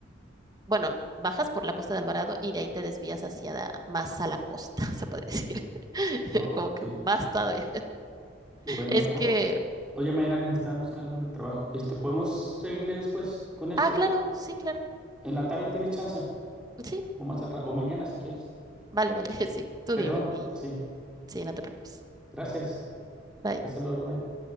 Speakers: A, on the right (about 20°); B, in the centre.
A: Bueno, bajas por la costa de Alvarado y de ahí te desvías hacia la- más a la costa, <laughs> se puede decir. <laughs>
B: Ok.
A: Como que más todavía.
B: Bueno,
A: Es
B: o-
A: que,
B: oye, Mayrani, me están buscando del trabajo. Este, ¿podemos seguirle después con esto?
A: ah, claro,
B: del-
A: sí, claro,
B: en la tarde tienes chance,
A: sí,
B: o más al ra- o mañana si quieres.
A: vale, vale, <laughs> sí, tú
B: Perdón,
A: dime y
B: sí.
A: ya. Sí, no te preocupes.
B: Gracias.
A: Bye.
B: Hasta luego, bye.